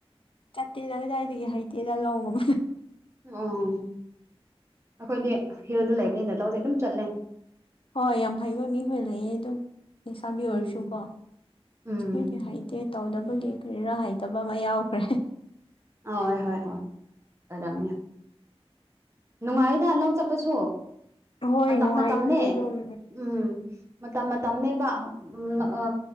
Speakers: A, on the left; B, on the right.
A: ꯆꯠꯇꯦꯗ ꯀꯗꯥꯏꯗꯒꯤ ꯍꯩꯇꯦꯗ ꯂꯧꯉ
B: ꯑꯣ ꯑꯩꯈꯣꯏꯗꯤ ꯍꯤꯜꯗ ꯂꯩꯕꯅꯤꯅ ꯂꯧꯗꯤꯦ ꯑꯗꯨꯝ ꯆꯠꯂꯦ
A: ꯍꯣꯏ ꯍꯣꯏ ꯌꯥꯝ ꯍꯩꯕ ꯃꯤꯈꯣꯏ ꯂꯩꯌꯦ ꯑꯗꯨꯝꯁꯥꯕꯤ
B: ꯎꯝ
A: ꯑꯣꯏꯔꯁꯨꯀꯣ ꯑꯈꯣꯏꯗꯤ
B: ꯎꯝ
A: ꯍꯥꯏ ꯦ ꯇꯧꯗꯕꯒꯤ ꯀꯔꯤꯔꯥ ꯍꯩꯇꯕ ꯑꯃ ꯌꯥꯎꯈ꯭ꯔꯦ
B: ꯍ ꯍꯣꯏ ꯍꯣꯏ ꯍꯣꯏ ꯑꯗꯨꯔꯝꯅꯤ ꯅꯨꯡꯉꯥꯏꯔꯤꯗ ꯂꯧ ꯆꯠꯄꯁꯨ
A: ꯍꯣꯏ
B: ꯃꯇꯝ
A: ꯅꯨꯡꯉꯥꯏꯕꯅꯦ
B: ꯃꯇꯝꯅꯦ
A: ꯑꯗꯨꯝ
B: ꯎꯝ ꯃꯇꯝ ꯃꯇꯝꯅꯦꯕ ꯎ
A: ꯎꯝ
B: ꯎ